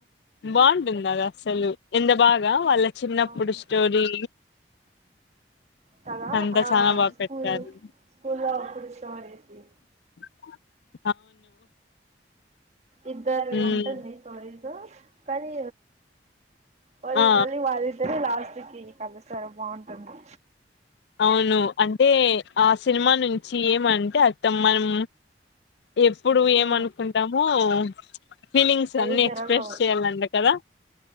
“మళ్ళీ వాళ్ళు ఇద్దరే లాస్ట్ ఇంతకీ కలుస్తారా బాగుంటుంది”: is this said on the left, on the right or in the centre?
Right